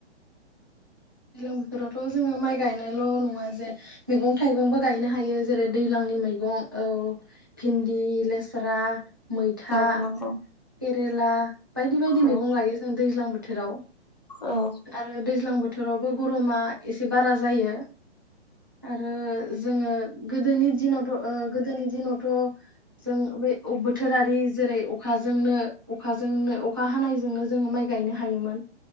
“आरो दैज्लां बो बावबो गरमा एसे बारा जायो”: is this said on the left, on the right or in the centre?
Right